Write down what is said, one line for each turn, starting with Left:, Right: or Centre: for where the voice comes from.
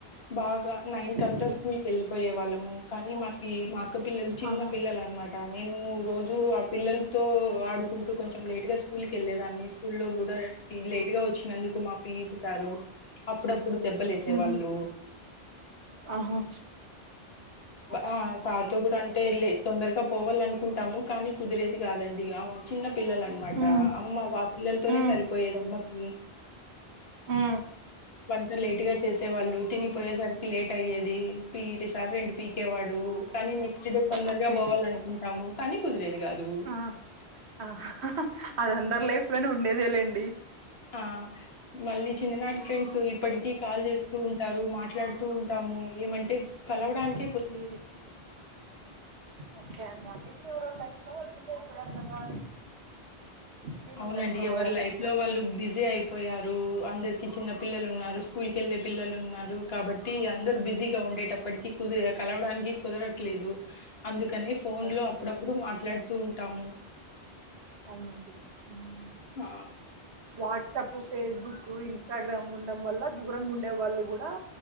Left: బాగా నైన్ కంతా
Right: ఓకే
Left: స్కూల్ కి వెళ్ళిపోయే వాళ్ళము కానీ మాకి మా అక్కపిల్లలు చిన్న
Right: ఆహా
Left: పిల్లలు అనమాట నేను రోజు ఆ పిల్లలు తో ఆడుకుంటూ కొంచెం లేట్ గా స్కూల్ కి వెళ్ళలేదాన్ని స్కూల్ లో కూడా లేట్ గా వచ్చినందుకు మా పీటి సారు అప్పుడప్పుడు దెబ్బలు వేసేవాళ్ళు
Right: ఉహు ఆహా
Left: ఆ సార్తో గుడా అంటే వెళ్ళి తొందరగా పోవాల అనుకుంటాము కానీ కుదిరేది కాదండి చిన్న పిల్లల అనమాట
Right: ఉ
Left: అమ్మ వా పిల్లలతోనే
Right: ఉ
Left: సరిపోయేది అమ్మకి
Right: ఉ
Left: వంట లేటుగా చేసేవాళ్ళు తినిపోయేసరికి లేట్ అయ్యేది పీఈటి సార్ రెండు పీకేవాడు కానీ నెక్స్ట్ డే తొందరగా
Right: ఓకే
Left: పోవాలనుకుంటాము కానీ కుదిరేది నువ్వు
Right: ఆ ఆ హహ అది అందరి లైఫ్ లోనే ఉండేదే లేండి
Left: ఆ మళ్ళీ చిన్ననాటి ఫ్రెండ్సు ఇప్పడికి కాల్ చేస్తూ ఉంట రు మాట్లాడుతూ ఉంటాము ఏమంటె కలవడానికి
Right: ఒకే ఒకే అండి ఇప్పుడు ఎవరెవరి లైఫ్లో వాళ్ళు బిజి అయిపోయారు కదా వీలు
Left: అవునండి
Right: ఉండదు కలవడానికి
Left: ఎవరు లైఫ్ లో వాళ్ళు బిజీ అయిపోయారు అందరికి చిన్న పిల్లలు ఉన్నారు
Right: అవునండి
Left: స్కూల్కెళ్లే పిల్లలు ఉన్నారు కాబట్టి అందరు బిజీగా ఉండేటప్పటికి కుదిరే కలవడానికి కుదరట్లేదు అందుక్ కని ఫోన్లో
Right: అవునండి
Left: అప్పుడప్పుడు మాట్లాడుతూ ఉంటాము
Right: అవునండి ఉమ్.
Left: ఆ
Right: వాట్సాప్ ఫేస్బుక్ ఇన్స్టాగ్రామ్ ఉండం వల్ల దూరంగ్ ఉండే వాళ్ళు కూడా